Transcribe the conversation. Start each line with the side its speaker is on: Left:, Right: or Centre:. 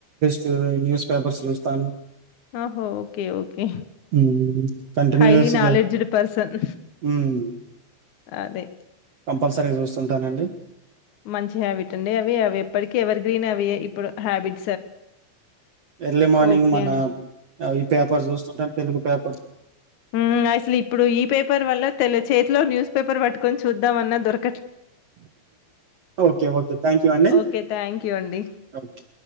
Right: <unintelligible> న్యూస్ పేపర్స్ చూస్తాను.
Left: ఆహో ఓకే ఓకే
Right: హ్మ్. కంటిన్యూయస్‌గా
Left: హైలీ నాలెడ్జ్ డ్ పర్సన్
Right: హ్మ్.
Left: అదే,
Right: కంపల్సరిగ జూస్సుంటానండి
Left: మంచి హ్యాబిట్ అండి అవి అవెప్పడికి ఎవర్ గ్రీనెవ్ వే ఇప్పుడు హ్యాబిట్
Right: ఎర్లీ మార్నింగ్
Left: ఓకే
Right: మన
Left: అండి.
Right: అ ఈ పేపర్ చూస్తుంటాం తెలుగు పేపర్
Left: మ్మ్ అసలు ఇప్పుడు ఈ పేపర్ వల్ల తెల్ చేతిలో న్యూస్ పేపర్ పట్టుకొని చూద్దాంమన్నా దొర
Right: ఓకే ఓకే థ్యాంక్ యూ అండి
Left: ఓకే. థ్యాంక్ యూ అండి.
Right: ఓకె.